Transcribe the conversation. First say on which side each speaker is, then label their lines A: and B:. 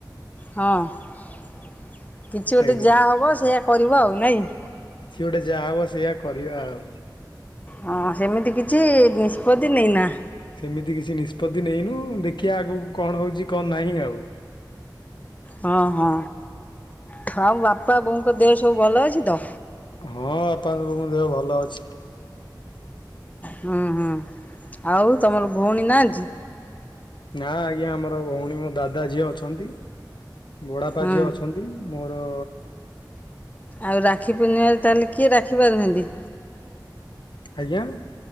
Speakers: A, on the left; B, on the left.
A: ହଁ କିଛି ଗୋଟେ
B: ଆଜ୍ଞା।
A: ଯାହା ହବ ସେଇଆ କରିବ ଆଉ। ନାଇଁ?
B: କିଛି ଗୋଟେ ଯାହା ହବ ସେଇଆ କରିବା ଆଉ।
A: ହଁ ସେମିତି କିଛି ନିଷ୍ପତ୍ତି ନେଇନା?
B: ସେମିତି କିଛି ନିଷ୍ପତ୍ତି ନେଇନୁ। ଦେଖିଆ ଆଗକୁ କଣ ହଉଛି କଣ ନାହିଁ ଆଉ?
A: ହଁ ହଁ। ଥାଉ ବାପା, ବୋଉଙ୍କ ଦେହ ସବୁ ଭଲ ଅଛି ତ?
B: ହଁ ବାପା, ବୋଉଙ୍କ ଦେହ ଭଲ ଅଛି।
A: ହୁଁ ହୁଁ। ଆଉ ତମର ଭଉଣୀ ନାହାନ୍ତି?
B: ନା ଆଜ୍ଞା ଆମର ଭଉଣୀ ମୋ ଦାଦା ଝିଅ ଅଛନ୍ତି। ବଡ଼ାପା
A: ହୁଁ
B: ଝିଅ ଅଛନ୍ତି। ନ୍ତି ମୋର
A: ଆଉ ରାକ୍ଷୀ ପୂର୍ଣ୍ଣିିମାରେ ତାହେଲେ କିଏ ରାକ୍ଷୀ ବାନ୍ଧନ୍ତି?
B: ଆଜ୍ଞା?